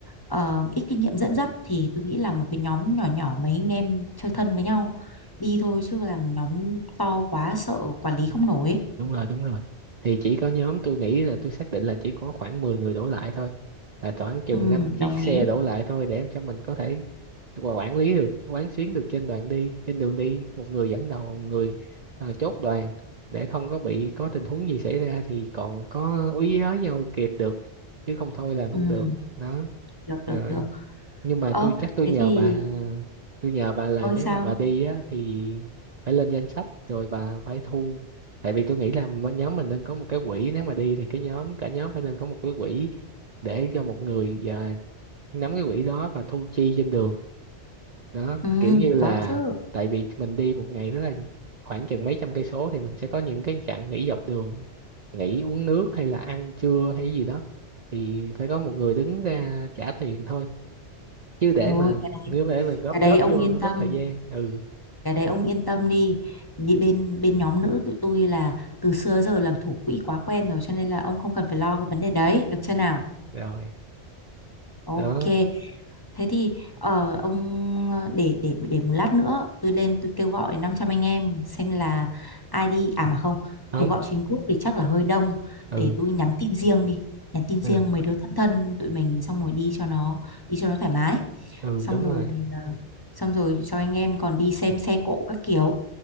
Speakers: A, on the left (about 25°); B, on the right (about 50°).
A: ờ, ít kinh nghiệm dẫn dắt thì tôi nghĩ là một cái nhóm nhỏ nhỏ mấy anh em chơi thân với nhau đi thôi chứ làm nhóm to quá sợ quản lý không nổi ấy.
B: đúng rồi đúng rồi thì chỉ có nhóm tôi nghĩ là tôi xác định là chỉ có khoảng 10 người đổ lại thôi là khoảng chừng
A: ừ,
B: 5 chiếc
A: đồng
B: xe
A: ý
B: đổ lại thôi để cho mình có thể qua- quản lý được quán xuyến được trên đoạn đi trên đường đi một người dẫn đầu một người ờ, chốt đoàn để không có bị có tình huống gì xảy ra thì còn có úy với nhau kịp được chứ không thôi là không
A: ừ,
B: được đó
A: được được
B: Ờ,
A: được
B: nhưng mà
A: ờ
B: tôi chắc tôi
A: thế
B: nhờ
A: thì
B: bà tôi nhờ bà là
A: ơi
B: nếu
A: sao
B: mà bà đi á thì phải lên danh sách rồi bà phải thu tại vì tôi nghĩ là m- nhóm mình nên có một cái quỹ nếu mà đi thì cái nhóm cả nhóm phải nên có một cái quỹ để cho một người à, nắm cái quỹ đó và thu chi trên đường đó
A: ừ,
B: kiểu như là
A: có chứ
B: tại vì mình đi một ngày đó là khoảng chừng mấy trăm cây số thì mình sẽ có những cái chặng nghỉ dọc đường nghỉ uống nước hay là ăn trưa hay gì đó thì phải có một người đứng ra trả tiền thôi chứ để
A: Rồi
B: mà
A: cái đấy,
B: nếu để mà góp
A: cái
B: góp
A: đấy ông
B: vô
A: yên
B: nó mất
A: tâm,
B: thời gian ừ
A: cái đấy ông yên tâm đi. Nhị- Bên bên nhóm nữ tụi tôi là từ xưa giờ làm thủ quỹ quá quen rồi cho nên là ông không cần phải lo cái vấn đề đấy, được chưa nào?
B: rồi
A: Ok.
B: đó
A: Thế thì ờ, ông ờ, để để để một lát nữa tôi lên tôi kêu gọi 500 anh em xem là ai đi à mà không
B: không
A: kêu gọi trên group thì chắc là hơi đông
B: ừ
A: để tôi nhắn tin riêng đi nhắn tin riêng
B: ừ
A: mấy đứa thân thân tụi mình xong rồi đi cho nó đi cho nó thoải mái
B: ừ
A: xong
B: đúng
A: rồi
B: rồi
A: ờ, xong rồi cho anh em còn đi xem xe cộ các kiểu